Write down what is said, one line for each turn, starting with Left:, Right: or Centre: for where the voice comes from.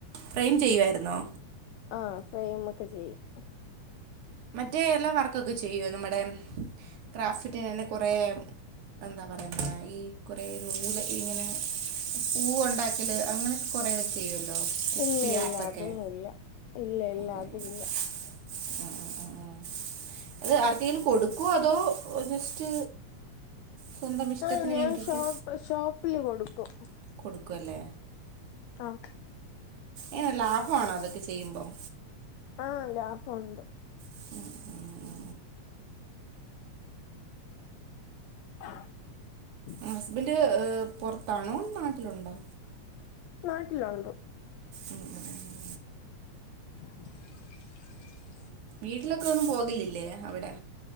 Right: ഫ്രെയിം ചെയ്യുവായിരുന്നോ
Left: ആഹ് ഫ്രയിം ഒക്കെ ചെയ്യും
Right: മറ്റേ എല്ലാം വർക്കൊക്കെ ചെയ്യോ നമ്മുടെ ക്രാഫ്റ്റന് കുറേ ആഹ് എന്താ പറയുന്നേ ഈ കുറെേ നൂല് ഇങ്ങനെ പൂവ് ഉണ്ടാക്കല് അങ്ങനെയൊക്കെ കൊറേ ചെയ്യോ ലോ കുപ്പി
Left: ഇല്ല
Right: ആർട്ടോകെ
Left: ഇല്ല അതൊന്നുല്ല ഇല്ല ഇല്ല
Right: അതെലെ
Left: അതില്ല
Right: ഉം ഉം ഉം ഉ അത് ആർക്കേലും കൊടുക്കുവോ അതോ ജസ്റ്റ് സ്വന്തം ഇഷ്ടത്തിന്
Left: ആഹ് ഞാൻ
Right: വേണ്ടിയിട്ട്
Left: ഷോപ്പ് ഷോപ്പില് കൊടുക്കും
Right: കൊടുക്കു അല്ലേ
Left: ഓക്കെ
Right: എങ്ങനെ ലാഭമാണോ അതൊക്കെ ചെയ്യുമ്പം
Left: ആഹ് ലാഭം മുണ്ട്
Right: ഉം ഉം ഉം
Left: <inaudible>
Right: ഹസ്ബെൻ്റെ പോറത്താണോ നാട്ടിലൊണ്ടോ
Left: നാട്ടിലോണ്ട്
Right: ഉം ഉം ഉം
Left: <inaudible>
Right: വീട്ടിലൊക്കെ ഒന്നും പോകലില്ലേ അവിടെ